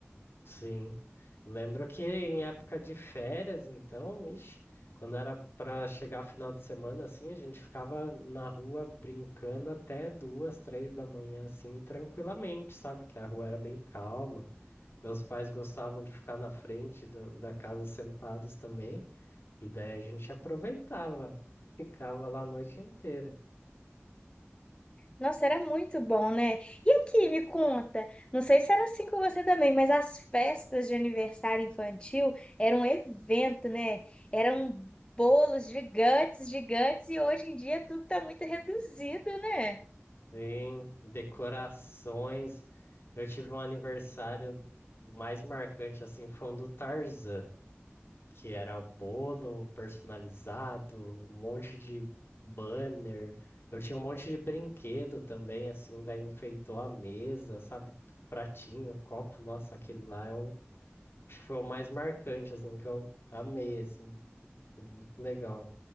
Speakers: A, on the left; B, on the left.
A: Sim. Eu lembro que em época de férias, então, ixi, quando era para chegar final de semana, assim, a gente ficava na rua brincando até duas, três da manhã, assim, tranquilamente, sabe? Que a rua era bem calma. Meus pais gostavam de ficar na frente da, da casa sentados também, e daí a gente aproveitava, <laughs> ficava lá a noite inteira.
B: Nossa, era muito bom, né? E aqui, me conta, não sei se era assim com você também, mas as festas de aniversário infantil eram um evento, né? Eram bolos gigantes, gigantes, e hoje em dia tudo tá muito reduzido, né?
A: Sim, decorações. Eu tive um aniversário mais marcante, assim, foi um do Tarzan. que era bolo personalizado, um monte de banner. Eu tinha um monte de brinquedo também, assim, daí enfeitou a mesa, sabe? Pratinho, copo, nossa, aquele lá eu acho que foi o mais marcante, assim, que eu amei, assim, muito legal.